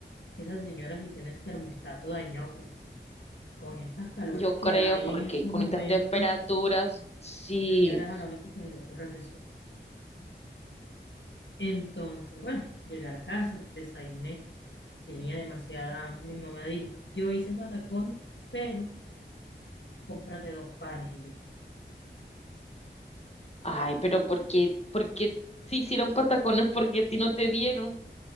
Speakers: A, on the left (about 75°); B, on the left (about 35°).
A: esa señora si tiene el termostato dañado, porque con estas calores
B: Yo
A: que
B: creo
A: hay
B: porque
A: en estos
B: con
A: momentos,
B: estas temperaturas, sí.
A: esa señora es a la única que se le ocurre hacer sopa. Entonces, bueno, llegué a la casa, desayuné, tenía demasiada hambre. Mi mamá dijo, yo hice patacones, pero cómprate dos panes y yo. O
B: Ay,
A: sea,
B: pero ¿por qué, por qué si hicieron patacones porque a ti no te dieron?